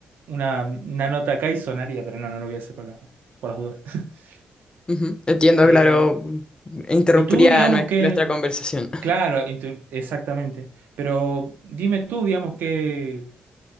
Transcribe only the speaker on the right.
una, una nota acá y sonaría, pero no, no lo voy a hacer por, la- por las dudas. <laughs>
Em,
y tú, digamos
que,
claro, y tú- exactamente, pero dime tú, digamos, que,